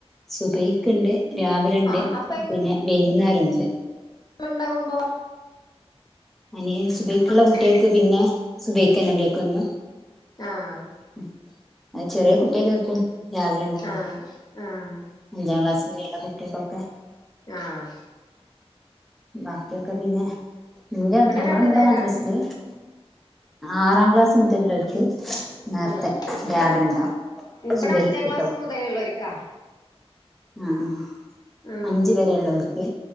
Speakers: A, in the centre; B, on the left.
A: സുബൈയ്ക്ക്ണ്ട് രാവിലണ്ട്
B: ആഹ് അപ്പൊ
A: പിന്നെ വൈ മൂന്നേരു ഉണ്ട്.
B: പ്പ ഉണ്ടാവുമ്പോ.
A: അനി സുബൈക്ക്ള്ള
B: അങ്ങനെ
A: കുട്ടിയക്ക് പിന്നെ സുബൈക്കാന്നേല്ലേക്ക്ന്നു.
B: ആഹ്.
A: ഉ അ ചെറിയ കുട്ടൃകേക്കും രാവിലെ ഉണ്ടാവാ
B: ആഹ് ആഹ്
A: അഞ്ചാം ക്ലാസ്. ഇഞിള്ള കുട്ടൃക്കൊക്കെ.
B: ആഹ്.
A: ബാക്കിയൊക്കെ പിന്നെ. ന്റെ ഞങ്ങള
B: രണ്ടു
A: ഇവിടെ
B: നേരാണ്
A: മദ്രസില് ആറാം ക്ലാസ് മുതല്ള്ളോർക്ക്. നേർത്തെ
B: ആഹ്
A: രാവിലെ ഉണ്ടാവും
B: ഇവിടെ
A: സുബഹിക്ക്ട്ടോ.
B: അഞ്ചാം ക്ലാസ് മുതലുള്ളോര്ക്കാ
A: ആഹ്.
B: ആഹ്
A: അഞ്ച് വരെള്ളോല്ക്ക്